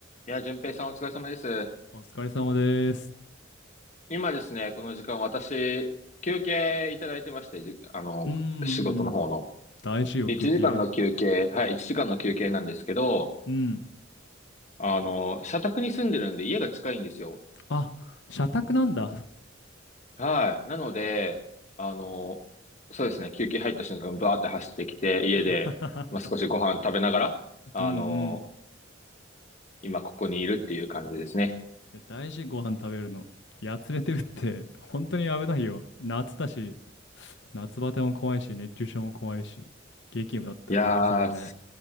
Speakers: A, on the left; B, on the left.
A: いや、淳平さんお疲れ様です。
B: お疲れ様です。
A: 今ですね、この時間私、休憩いただいてまして、じ、あの、
B: うんうんうん。
A: 仕事の方の。
B: 大事様休憩。
A: 1時間の休憩、はい、1時間の休憩なんですけど、
B: うん。
A: あの、社宅に住んでるんで家が近いんですよ。
B: あ、社宅なんだ。
A: はい。なので、あの、そうですね、休憩入った瞬間、バーって走ってきて、家で、
B: <laughs>
A: まあ、少しご飯食べながら、あの、
B: うんうん。
A: 今ここにいるっていう感じですね。
B: いや、大事ご飯食べるの。やつれてるって、本当に危ないよ。夏だし、夏バテも怖いし、熱中症も怖いし、激務だったらなおさらね。
A: いやー、